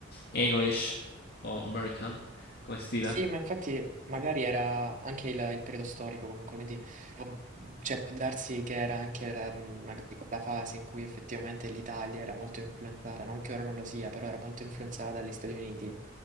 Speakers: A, on the left; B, on the right.
A: English o American come stile.
B: Sì, ma infatti magari era anche il, il periodo storico comunque, quindi può- cioè, può darsi che era anche la, mh, magari quella fase in cui effettivamente l'Italia era molto influenzata, non che ora non lo sia, però era molto influenzata dagli Stati Uniti.